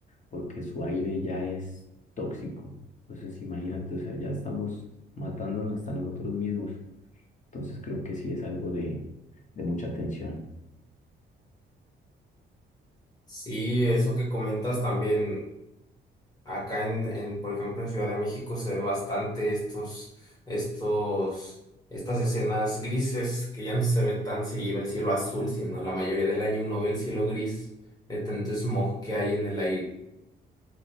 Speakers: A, on the left; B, on the left.
A: porque su aire ya es tóxico. Entonces, imagínate, o sea, ya estamos matándonos hasta nosotros mismos. Entonces creo que sí es algo de, de mucha tensión.
B: Sí, eso que comentas también. Acá en, en, por ejemplo, en Ciudad de México se ve bastante estos, estos, estas escenas grises que ya no se ve tan seguido el cielo azul, sino la mayoría del año uno ve el cielo gris de tanto smog que hay en el aire.